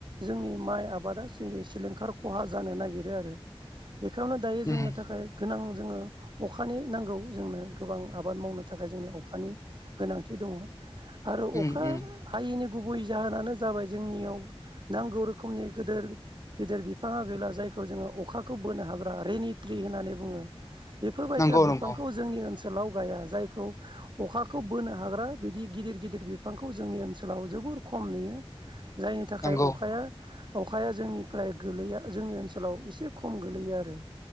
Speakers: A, on the right; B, on the left.
A: जोंनि माइ आबादा सिलिंखार खहा जानो नागिरो आरो बेखायावनो दायो
B: उम
A: जोंनो थाखाय गोनां जोङो अखानि नांगौ जोंनो गोबां आबाद मावनो थाखाय जोंनि अखानि गोनांथि दङ आरो
B: उम
A: अखा
B: उम
A: हायैनि गुबै जाहोनानो जाबाय जोंनियाव नांगौ रोखोमनि गिदिर गेदेर बिफाङा गैला जायखौ जोङो अखाखौ बोनो हाग्रा रेनिट्रि होननानै बुङो बेफोरबायायसा
B: नंगौ
A: बिफांखौ
B: नंगौ
A: जोंनि ओनसोलाव जायखौ अखाखौ बोनो हाग्रा बिदि गिदिर गिदिर बिफांखौ जोंनि ओनसोलाव जोबोर खम खम नुयो जायनि थाखाय
B: नंगौ
A: अखाया अखाया जोंनिफ्राय गोलैया जोंनि ओनसोलाव एसे खम गोलैयो आरो